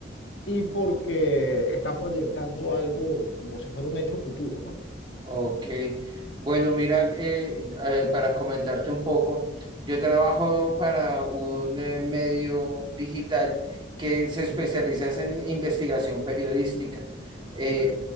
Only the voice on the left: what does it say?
y porque está proyectando algo como si fuera un hecho futuro, ¿no?
Ujú.
Ok.